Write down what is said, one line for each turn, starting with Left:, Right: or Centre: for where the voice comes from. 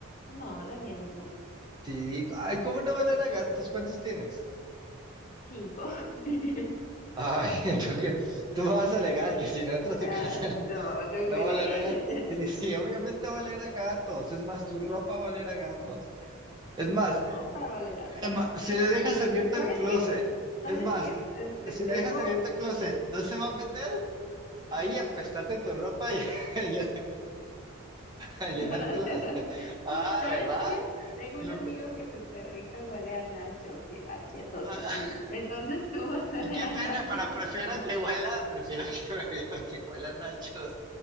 Left: No, la mía no.
Right: Sí, ay, ¿cómo no bailar a gatos? ¿Cuántos tienes?
Left: Cinco. <laughs>
Right: Ay, <laughs> tú que tú vas a alegar que si no entras
Left: Ah,
Right: a tu casa <laughs>
Left: no,
Right: no,
Left: no
Right: no
Left: huele.
Right: va a oler
Left: <laughs>
Right: a gatos. Sí, sí, obviamente va a oler a gatos. Es más, tu ropa va a oler a gatos. Es
Left: Tu
Right: más,
Left: ropa olerá a
Right: es
Left: perro.
Right: más, si le dejas abierto
Left: ¿Sabes
Right: el closet,
Left: qué? ¿Sabes
Right: es más,
Left: qué? Este,
Right: si
Left: tengo,
Right: le dejas abierto el closet, ¿no se va a meter? Ahí
Left: no,
Right: a apestarte tu ropa y, <laughs> y
Left: <laughs>
Right: a llenártela.
Left: no, no, o sea,
Right: de- <laughs>
Left: <laughs>
Right: Ah,
Left: ¿sabes
Right: ¿verdad?
Left: qué? Tengo
Right: Lo
Left: un amigo
Right: que-
Left: que su perrita huele a nachos y a chetos
Right: <laughs>
Left: y así. Entonces tú vas a
Right: ¿Y
Left: oler
Right: qué
Left: a
Right: tiene
Left: nachos
Right: para prefiero
Left: y a chetos.
Right: que huela? Prefiero que, <laughs> prefiero que huela nachos.